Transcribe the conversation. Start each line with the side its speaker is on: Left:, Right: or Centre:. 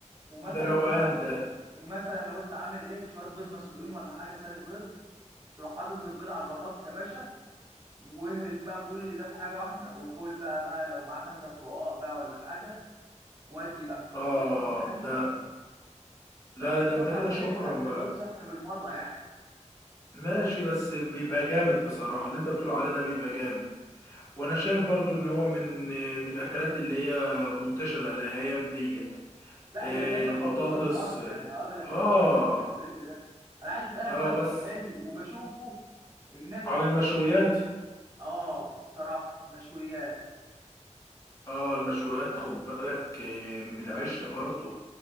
Right: ومثلا
Left: ده روقان
Right: لو انت
Left: ده
Right: ومثلا لو انت عامل ايه شويه بيض مسلوقين ولا حاجه سالق بيض تروح حاطط البيض على البطاطس يا باشا واهرس بقى كل ده في حاجه واحده وكل بقى بقى لو معاك عندك رقاق بقى ولا حاجه ودي بقى جنبها
Left: اه
Right: شويه مخلل
Left: ده
Right: بس
Left: لا
Right: دي
Left: ده انت
Right: طبعا
Left: كده
Right: ايه
Left: شكرا
Right: اكل
Left: بقى
Right: غير صحي بالمره يعني <laughs>
Left: ماشي بس بيبقى جامد بصراحه اللي انت بتقول عليه ده بيبقى جامد وانا شايف برضو ان هو من من الاكلات اللي هي منتشره الايام دي
Right: لا
Left: إيه
Right: هي دايما
Left: البطاطس
Right: موجوده في مصر يعني اغلب الناس
Left: اه
Right: في مصر بياكلوا الاكل ده انا عايز اسالك
Left: اه
Right: بقى سؤال
Left: بس
Right: حلو وبشوفه الناس
Left: على المشويات
Right: اه الصراحه المشويات
Left: اه المشويات خد بالك إيه من العشق برضو